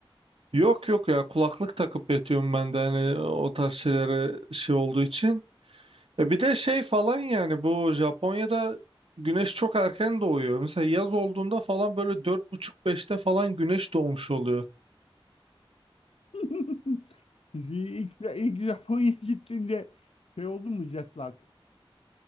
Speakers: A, on the right; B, on the left.
A: Yok yok ya kulaklık takıp yatıyorum ben de hani o tarz şeylere şey olduğu için. E, bir de şey falan yani bu Japonya'da güneş çok erken doğuyor. Mesela yaz olduğunda falan böyle dört buçuk beşte falan güneş doğmuş oluyor.
B: <laughs> İlk, ilk Japonya'ya gittiğinde şey oldu mu jetlak?